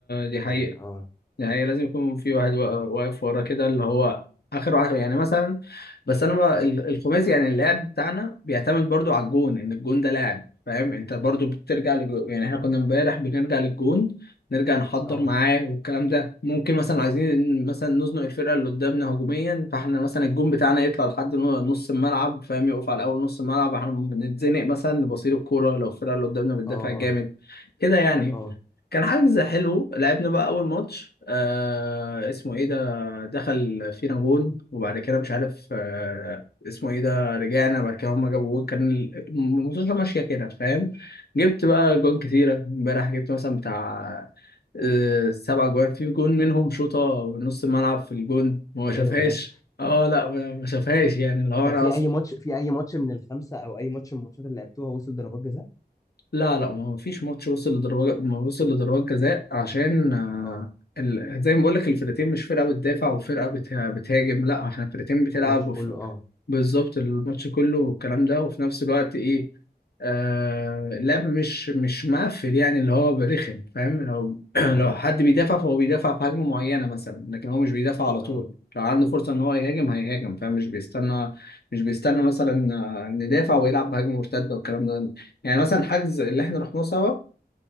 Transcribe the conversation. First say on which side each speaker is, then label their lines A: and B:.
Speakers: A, on the left; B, on the left.
A: دي حقيقة
B: يعني اه
A: دي حقيقة لازم يكون في واحد وا- واقف ورا كده اللي هو آخر واحد يعني مثلا بس أنا بقى ال- الخماسي يعني اللعب بتاعنا بيعتمد برضو على الجون إن الجون ده لاعب فاهم أنت برضو بترجع للجون يعني إحنا كنا امبارح بنرجع للجون نرجع نحضر
B: اه
A: معاه والكلام ده ممكن مثلا عايزين مثلا نزنق الفرقة اللي قدامنا هجوميا فإحنا مثلا الجون بتاعنا يطلع لحد نو- نص الملعب فاهم يقف على أول نص الملعب إحنا بنتزنق مثلا لبصير الكورة لو الفرقة اللي قدامنا بتدافع
B: اه
A: جامد
B: اه
A: كده يعني
B: اه
A: كان حجز حلو لعبنا بقى اول ماتش آه اسمه ايه ده دخل فينا جون وبعد كده مش عارف آه اسمه ايه ده رجعنا بعد كده هما جابوا جون كان ال- الماتش ماشيه كده فاهم جبت بقى جون كتيره امبارح جبت مثلا بتاع آه سبع جوان في جون منهم شوطه من نص الملعب في الجون وما شافهاش
B: حلو ده
A: اه لا ما ما شافهاش يعني اللي هو
B: طب
A: انا
B: في
A: اصلا
B: اي ماتش في اي ماتش من الخمسة او اي ماتش من الماتشات اللي لعبتوها وصل ضربات جزاء
A: لا لا ما فيش ماتش وصل لضربات ما وصل لضربات جزاء عشان آه،
B: اه
A: ال... زي ما بقول لك الفرقتين مش فرقة بتدافع وفرقة بت... بتهاجم لا احنا فرقتين بتلعب
B: الماتش كله اه
A: بالظبط الماتش كله والكلام ده وفي نفس الوقت ايه آه اللعب مش مش مقفل يعني اللي هو برخم فاهم لو <clears throat>
B: اه
A: لو حد بيدافع فهو بيدافع في هجمة معينة مثلا لكن هو مش بيدافع على طول
B: اه
A: لو عنده فرصة ان هو يهاجم هيهاجم فاهم مش بيستنى مش بيستنى مثلا آه، ندافع ويلعب بهجمة مرتدة والكلام ده يعني مثلا الحجز اللي احنا رحناه سوا